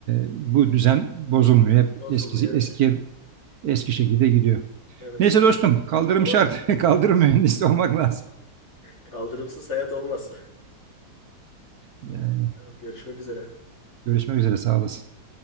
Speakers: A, on the right; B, on the left.
A: bu düzen bozulmuyor. Hep
B: bozulmuyor
A: eskisi eskiye
B: evet.
A: eski şekilde gidiyor.
B: Evet.
A: Neyse dostum, kaldırım
B: Tamam.
A: şart. <laughs> Kaldırım mühendisi olmak lazım.
B: Kaldırımsız hayat olmaz.
A: Yani
B: <laughs> Tamam, görüşmek üzere.
A: görüşmek üzere, sağ olasın.